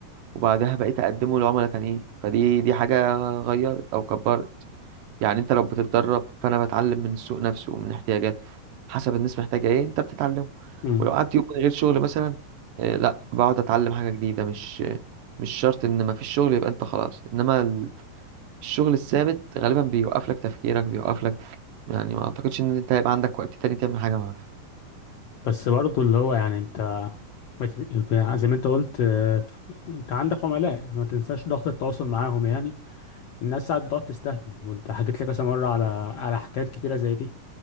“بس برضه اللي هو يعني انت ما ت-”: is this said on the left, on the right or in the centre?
Left